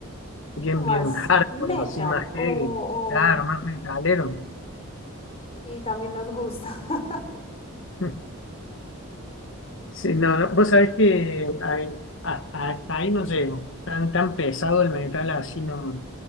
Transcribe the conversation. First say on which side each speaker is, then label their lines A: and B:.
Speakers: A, on the left; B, on the left.
A: bien,
B: más
A: bien hardcore,
B: metal
A: así más heavy,
B: o, o-
A: claro, más metalero.
B: y también nos gusta. <laughs>
A: <laughs> Sí, no, no, vos sabés que ahí- a- hasta ahí no llego. Tan, tan pesado el metal así no,